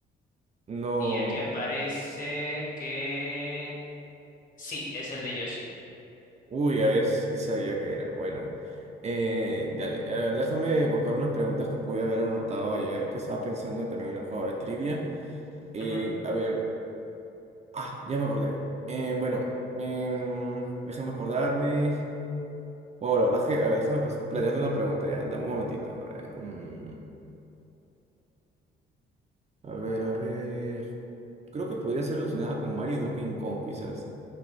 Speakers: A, on the right; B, on the left.
A: No.
B: y aquí aparece que sí, es el de Yoshi.
A: Uy, a ver, sí sabía que era. Bueno, eh, dale, a ver, déjame buscar unas preguntas que pude haber anotado ayer que estaba pensando también en el juego de trivia. Eh,
B: Ujú,
A: a ver, Ah, ya me acordé. Eh, bueno, em, déjame acordarme. Wow, la verdad es que, a ver, déjame pues, plantearte una pregunta ya, dame un momentito. A ver, mm, a ver, a ver. Creo que podría ser relacionada con Mario y Donkey Kong, quizás.